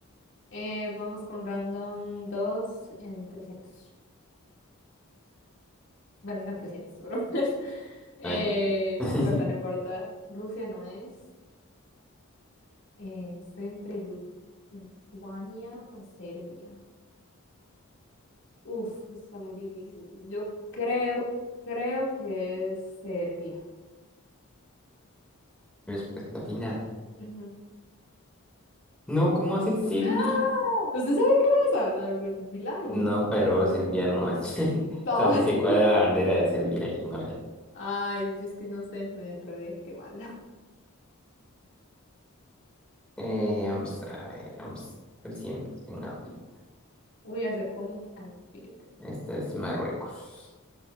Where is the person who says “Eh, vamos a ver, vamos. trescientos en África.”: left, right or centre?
Centre